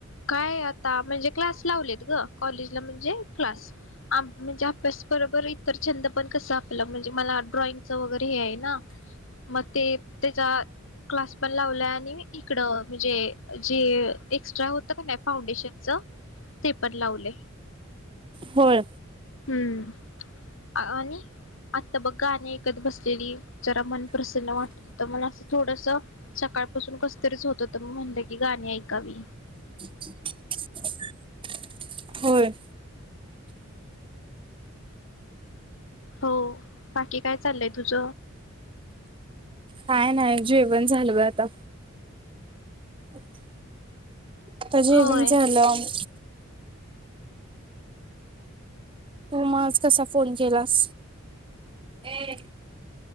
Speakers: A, on the left; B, on the right.
A: काय ता म्हणजे क्लास लावलेत ग. कॉलेजला म्हणजे क्लास आम् म्हणजे अभ्यास बरोबर इतर छंद पण कस आपलं म्हणजे मला ड्रॉइंगच वगैरे हे आहे ना, मग ते त्याचा क्लास पण लावलाय आणि इकड म्हणजे जे एक्स्ट्रा हो या तूम्ही फाउंडेशन च पेपर लावले
B: होय
A: हम् आणि आत्ता बघ गाणी ऐकत बसलेली जरा मन प्रसन्न वाटत तर मला असं थोडस सकाळपासून कसतरीच होतं तर म्हणलं की गाणी ऐक कवी.
B: <inaudible> होय.
A: हो. बाकी काय चाललंय तुझ?
B: काय नाही जेवण झालू ये आता. अच्. आता जेवण
A: होय
B: झालं. तू म आज कसा फोन केलास? ए